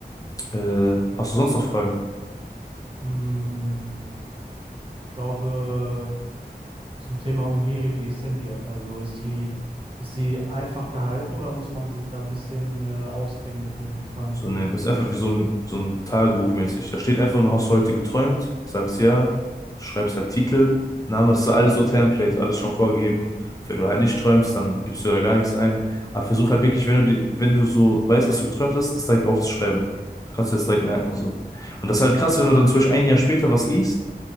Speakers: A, on the left; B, on the right.
A: Äh, hast du sonst noch Fragen?
B: Mm, ich glaube, zum Thema Oniri, wie ist denn die App? Also ist die, ist die einfach gehalten oder muss man sich da ein bisschen äh, auskennen mit dem Träumen?
A: so nennen. Das ist einfach wie so ein, so ein Tagebuch mäßig. Da steht einfach nur, hast du heute geträumt, sagst ja, schreibst halt Titel, Name, das ist alles so Template, alles schon vorgegeben. Wenn du halt nicht träumst, dann gibst du da gar nichts ein. Aber versuch halt wirklich, wenn du, die, wenn du so weißt, was du geträumt hast, das direkt aufzuschreiben. Da kannst du das direkt merken, so. Und das ist halt krass, wenn du dann zum Beispiel ein Jahr später was liest